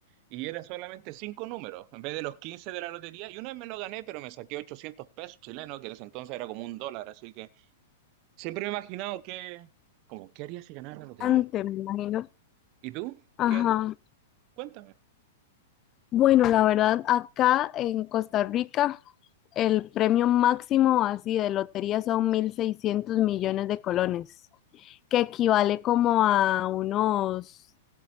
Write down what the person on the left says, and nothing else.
Antes, me imagino.
Ajá.
Bueno, la verdad, acá en Costa Rica, el premio máximo así de lotería son 1.600 millones de colones, que equivale como a unos